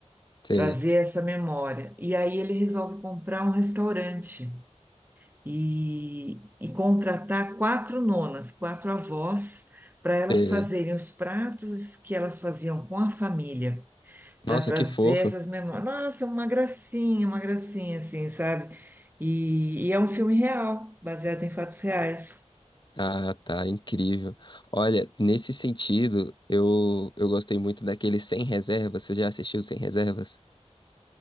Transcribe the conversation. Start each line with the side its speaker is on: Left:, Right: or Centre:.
Left: sei,
Right: trazer essa memória. E aí ele resolve comprar um restaurante e, e contratar quatro nonas, quatro avós, para elas
Left: sei.
Right: fazerem os pratos que elas faziam com a família, para
Left: Nossa,
Right: trazer
Left: que fofo.
Right: essas memórias. Nossa, uma gracinha, uma gracinha, assim, sabe? E, e é um filme real, baseado em fatos reais.
Left: Ah, tá, incrível. Olha, nesse sentido, eu, eu gostei muito daquele Sem Reservas. Você já assistiu Sem Reservas?